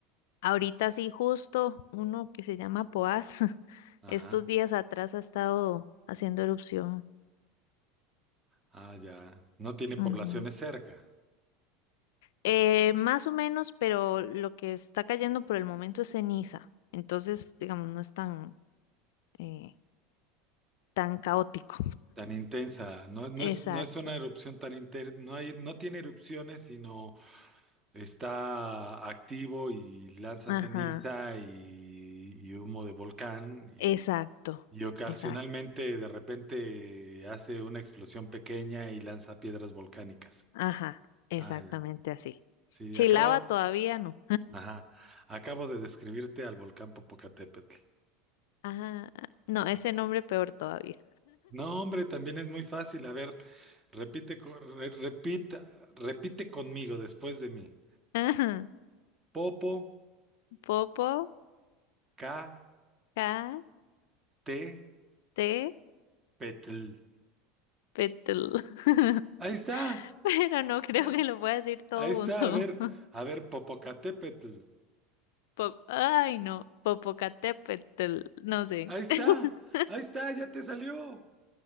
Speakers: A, on the left; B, on the right.
A: Ahorita sí, justo uno que se llama Poás, <laughs>
B: Ajá.
A: estos días atrás ha estado haciendo erupción.
B: Ah, ya. No tiene poblaciones
A: Ujú.
B: cerca.
A: Eh, más o menos, pero lo que está cayendo por el momento es ceniza. Entonces, digamos, no es tan, eh, tan caótico.
B: Tan intensa. No, no
A: Exacto.
B: es, no es una erupción tan intensa. No hay, no tiene erupciones, sino está activo y lanza
A: Ajá.
B: ceniza y, y humo de volcán. Y,
A: Exacto.
B: y ocasionalmente
A: Exacto.
B: de repente hace una explosión pequeña y lanza piedras volcánicas.
A: Ajá. Exactamente
B: Ah, ya.
A: así.
B: Sí,
A: Chilaba
B: acaba.
A: todavía no.
B: Ajá. Acabo de describirte al volcán Popocatépetl.
A: Ajá. No, ese nombre peor todavía.
B: No, hombre, también es muy fácil. A ver, repite, co- re- repita, repite conmigo después de mí.
A: <laughs>
B: Popo,
A: Popo,
B: K,
A: K,
B: T,
A: T,
B: Petl.
A: Petul. <laughs>
B: Ahí está.
A: Pero no creo
B: Ah,
A: que lo pueda decir todo
B: ahí está.
A: junto.
B: A ver,
A: <laughs>
B: a ver, Popocatépetl.
A: Pop- Ay, no. Popocatépetl, no sé.
B: Ahí está.
A: <laughs>
B: Ahí está. Ya te salió.